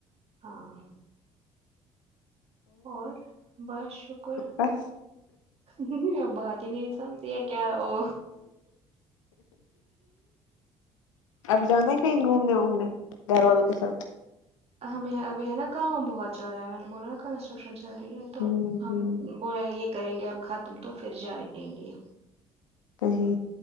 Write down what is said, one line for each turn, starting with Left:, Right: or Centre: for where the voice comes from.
Right: ہاں اور بس شکر
Left: بس
Right: ہمم ہمم آپ بات ہی نہیں سنتی ہے کیا او
Left: اب جانا ہے کہیں گھومنے وومنے گھر والوں کے ساتھ
Right: ہمیں ابھی ہے نا کام بہت چل رہا ہے میں نے بولا نا کنسٹرکشن چل رہی ہے تو
Left: ہوں
Right: ہم
Left: ہوں
Right: بولے یہ کریں گے اب کھا تم تو پھر جائیں گے
Left: جی